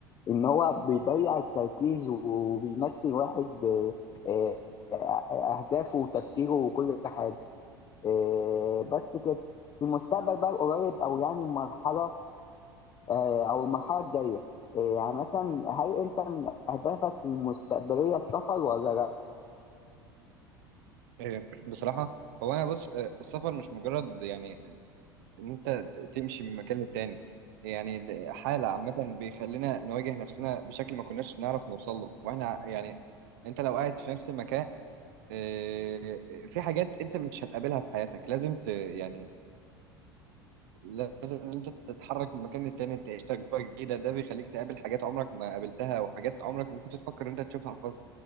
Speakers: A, on the left; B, on the right.
A: إن هو بيضيع التركيز وبيمثل واحد آه، آه، آه، أهدافه وتفكيره وكل حاجة. آه، بس كده في المستقبل بقى القريب او يعني المرحله آه، او المرحله الجايه آه، يعني مثلا هل انت من اهدافك المستقبليه السفر ولا لا؟
B: آه، بصراحه هو انا بص آه، السفر مش مجرد يعني ان انت ت- تمشي من مكان للتاني يعني د- حاله عامه بيخلينا نواجه نفسنا بشكل ما كناش نعرف نوصل له واحنا ع- يعني انت لو قاعد في نفس المكان آه، في حاجات انت مش هتقابلها في حياتك لازم ت... يعني لازم ان انت تتحرك من مكان للتاني تعيش تجربه جديده ده بيخليك تقابل حاجات عمرك ما قابلتها وحاجات عمرك ما كنت تفكر ان انت تشوفها اصلا